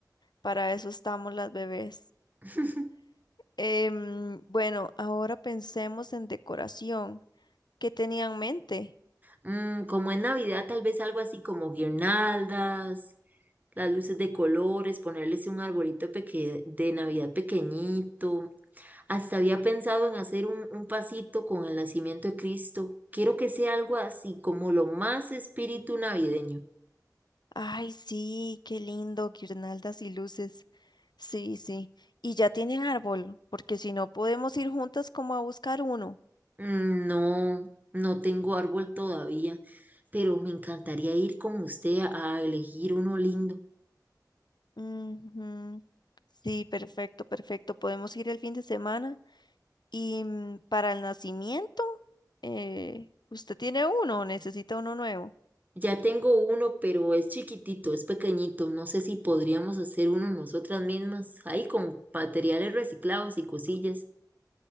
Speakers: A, on the left (about 75°); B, on the right (about 25°).
A: Para eso estamos las bebés.
B: <laughs>
A: Em, bueno, ahora pensemos en decoración. ¿Qué tenía en mente?
B: Mm, como es Navidad, tal vez algo así como guirnaldas, las luces de colores, ponerles un arbolito peque- de Navidad pequeñito. Hasta había pensado en hacer un, un pasito con el nacimiento de Cristo. Quiero que sea algo así, como lo más espíritu navideño.
A: Ay, sí, qué lindo, guirnaldas y luces. Sí, sí. Y ya tienen árbol, porque si no podemos ir juntas como a buscar uno.
B: Mm, No, no tengo árbol todavía, pero me encantaría ir con usted a, a elegir uno lindo.
A: Ujú. Sí, perfecto, perfecto. Podemos ir el fin de semana. Y mm, para el nacimiento, eh, ¿usted tiene uno o necesita uno nuevo?
B: Ya tengo uno, pero es chiquitito, es pequeñito. No sé si podríamos hacer uno nosotras mismas, ahí con materiales reciclados y cosillas.